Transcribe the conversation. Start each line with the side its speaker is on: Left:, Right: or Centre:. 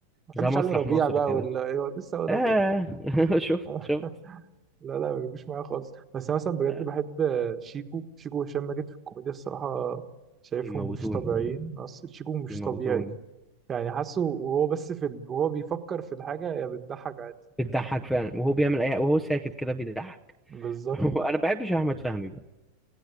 Right: ما
Centre: زي
Right: بحبش
Centre: مسرح
Right: علي ربيع
Centre: مصر
Right: بقى
Centre: كده
Right: ولا إيه، لسه اقول
Centre: آه
Right: لك
Centre: <laughs> شفت
Right: والله
Centre: شفت
Right: لا لا ما بيجوش معايا خالص بس انا مثلا بجد
Centre: آه.
Right: بحب شيكو شيكو وهشام ماجد في الكوميديا الصراحه شايفهم
Centre: بيموتوني
Right: مش طبيعيين أص- شيكو مش
Centre: بيموتوني
Right: طبيعي يعني حاسه وهو بس في ال... وهو بيفكر في الحاجه يا بتضحك عادي
Centre: بتضحك فعلا وهو بيعمل اي وهو ساكت كده بيضحك
Right: بالظبط
Centre: <laughs> انا ما بحبش احمد فهمي بقى